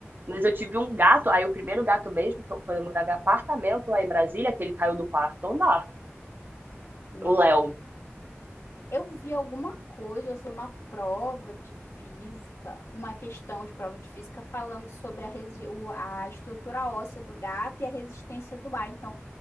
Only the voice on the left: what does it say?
<laughs> Nossa.
Eu vi alguma coisa, foi uma prova de física, uma questão de prova de física falando sobre a, resi- o- a estrutura óssea do gato e a resistência do ar. Então,